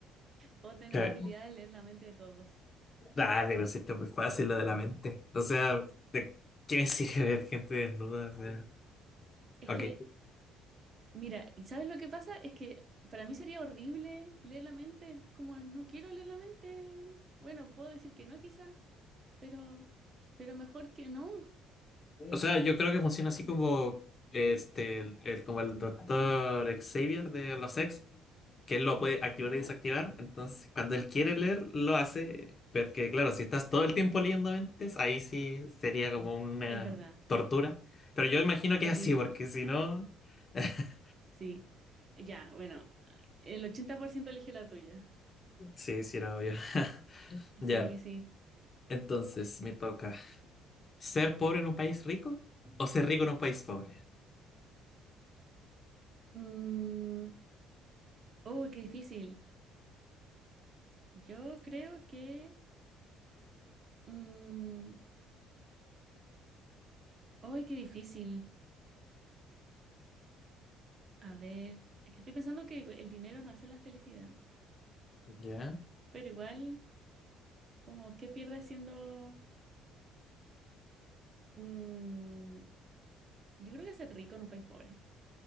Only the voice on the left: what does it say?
Que-
Dale, pero si esto es muy fácil lo de la mente. O sea, ¿de qué me sirve <laughs> ver gente desnuda? O sea,
ok.
O sea, yo creo que funciona así como este el, el- como el doctor Xavier de los X, que él lo puede activar
y desactivar. Entonces, cuando él quiere
leer, lo hace. Porque, claro, si estás todo el tiempo leyendo mentes, ahí sí sería como una
tortura. Pero yo imagino que
es así, porque si no. <laughs>
Sí, sí, era obvio. <laughs>
Ya,
entonces me toca. ¿Ser pobre en un país rico o ser rico en un país pobre?
Ya.